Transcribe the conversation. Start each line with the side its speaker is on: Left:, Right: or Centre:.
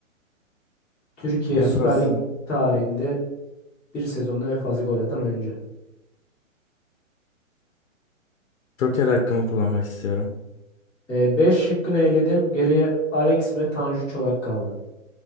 Centre: Türkiye
Left: En
Centre: Süper
Left: fazla.
Centre: Lig tarihinde bir sezonda en fazla gol atan oyuncu.
Left: Joker hakkımı kullanmak istiyorum.
Centre: 5 şıkkını eledim. Geriye Alex ve Tanju Çolak kaldı.